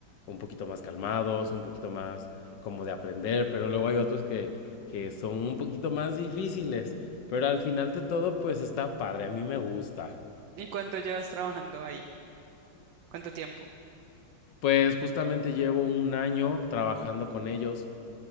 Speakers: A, on the left (about 75°); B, on the right (about 85°).
A: un poquito más calmados, un poquito más como de aprender, pero luego hay otros que, que son un poquito más difíciles, pero al final de todo pues está padre, a mí me gusta.
B: ¿Y cuánto llevas trabajando ahí? ¿Cuánto tiempo?
A: Pues justamente llevo un año trabajando con ellos.